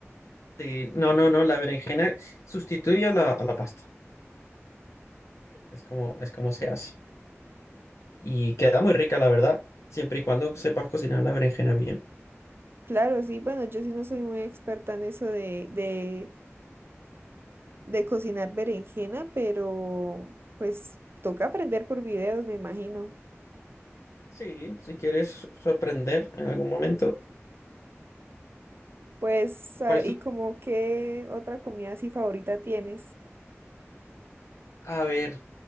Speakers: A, on the left (about 80°); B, on the right (about 50°).
A: Sí, no, no, no, la berenjena sustituye a la, a la pasta. Es como, es como se hace. Y queda muy rica, la verdad, siempre y cuando sepas cocinar la berenjena bien.
B: Claro, sí, bueno, yo sí no soy muy experta en eso de, de, de cocinar berenjena, pero pues toca aprender por videos, me imagino.
A: Sí, si quieres sorprender en algún momento.
B: Pues, ah,
A: ¿Cuál es
B: ¿y
A: tu...
B: como qué otra comida así favorita tienes?
A: A ver,